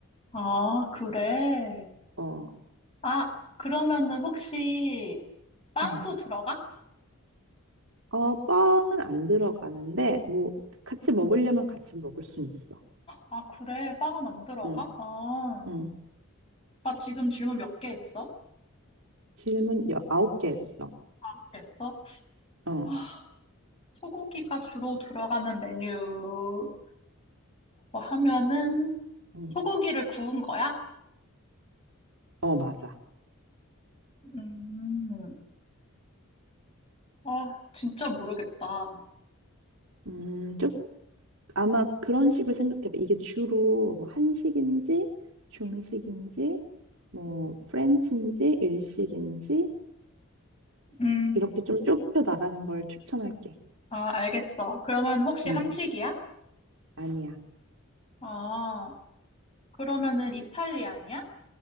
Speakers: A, on the left (about 25°); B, on the right (about 65°).
A: 아, 그래.
B: 어,
A: 아, 그러면은 혹시 빵도
B: 응.
A: 들어가?
B: 어, 빵은 안 들어가는데, 뭐, 같이 먹으려면 같이 먹을 수는 있어.
A: 아, 그래. 빵은 안 들어가?
B: 응,
A: 아.
B: 응.
A: 아 지금 질문 몇 개 했어?
B: 질문 여- 아홉 개 했어.
A: 몇 개 했어?
B: 어,
A: 아, 소고기가 주로 들어가는 메뉴라고 하면은
B: 음,
A: 소고기를 구운 거야?
B: 어, 맞아.
A: 음, 아, 진짜 모르겠다.
B: 음, 좀, 아마 그런 식으로 생각해봐. 이게 주로 뭐 한식인지, 중식인지, 뭐, 프렌치인지, 일식인지,
A: 음,
B: 이렇게 좀 좁혀 나가는 걸 추천할게.
A: 아, 알겠어. 그러면 혹시
B: 응,
A: 한식이야?
B: 아니야.
A: 아, 그러면은 이탈리안이야?